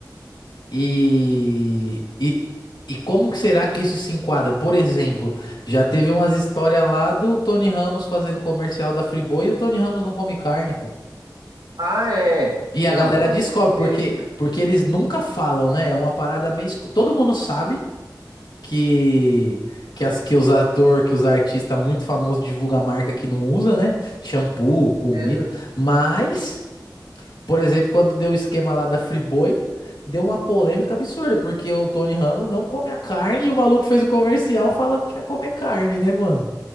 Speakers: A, on the left; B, on the right.
A: E, e, e como que será que isso se enquadra? Por exemplo, já teve umas histórias lá do Tony Ramos fazendo comercial da Friboi e o Tony Ramos não come carne, cara.
B: Ah, é.
A: E a
B: Não,
A: galera
B: com
A: descobre,
B: certeza,
A: porque, porque eles nunca falam, né? É uma parada meio. esco- Todo mundo sabe que, que, as, que os atores que os artistas muito famosos divulgam marca que não usa, né? Shampoo,
B: com certeza.
A: comida. Mas, por exemplo, quando deu o esquema lá da Friboi, deu uma polêmica absurda, porque o Tony Ramos não come a carne e o maluco fez o comercial falando que ia comer carne, né, mano?